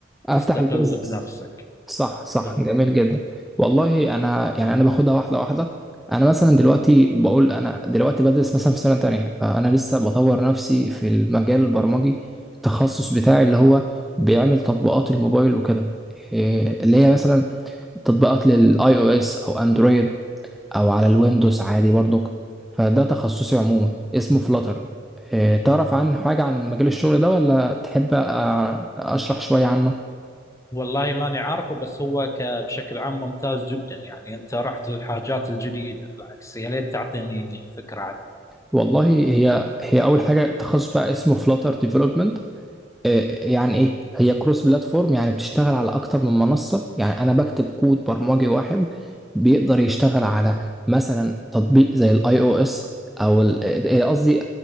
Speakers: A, in the centre; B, on the left (about 15°).
A: افتح
B: تستقل
A: البيزنس
B: بنفسك
A: صح صح
B: بالضبط
A: جميل جدا والله انا يعني انا باخدها واحده واحده انا مثلا دلوقتي بقول انا دلوقتي بدرس مثلا في سنه تانية فانا لسه بطور نفسي في المجال البرمجي التخصص بتاعي اللي هو بيعمل تطبيقات الموبايل وكده إيه، اللي هي مثلا تطبيقات للاي او اس او اندرويد او على الويندوز عادي برضك فده تخصصي عموما اسمه فلاتر إيه تعرف عن حاجه عن مجال الشغل ده ولا تحب آه، اشرح شويه عنه
B: والله ماني عارفه بس هو ك... بشكل عام ممتاز جدا يعني انت رحت للحاجات الجديدة بالعكس يا ليت تعطيني فكرة عنه
A: والله هي هي اول حاجه تخصص بقى اسمه فلاتر ديفلوبمنت يعني ايه هي كروس بلاتفورم يعني بتشتغل على اكتر من منصه يعني انا بكتب كود برمجي واحد بيقدر يشتغل على مثلا تطبيق زي الاي او اس او ال- آه، قصدي